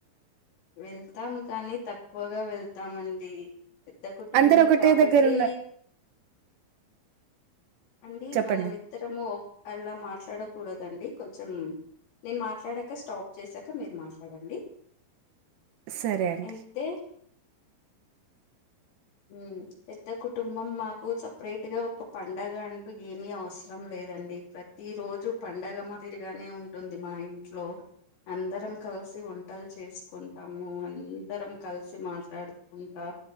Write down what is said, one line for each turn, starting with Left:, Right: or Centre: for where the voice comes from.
Left: వెళ్తాం కానీ తక్కువగా వెళ్తామండి. పెద్ద కుటుంబం
Right: అందరు ఒకటే
Left: కాబట్టి
Right: దగ్గర ఉన్న
Left: అండి
Right: చెప్పండి
Left: మనమిద్దరము అలా మాట్లాడ కూడదండి. కొంచెం నేను మాట్లాడాక స్టాప్ చేసాక మీరు మాట్లాడండి.
Right: సరే అండి.
Left: అయితే మ్ పెద్ద కుటుంబం మాకు సెపరేట్ గా ఒక పండుగ అంటూ ఏమీ అవసరం లేదండి. ప్రతి రోజు పండగ మాదిరిగానే ఉంటుంది మా ఇంట్లో ఇంట్లో అందరం కలిసి వంటలు చేసుకుంటాము. అందరం కలిసి మాట్లాడుకుంటాము.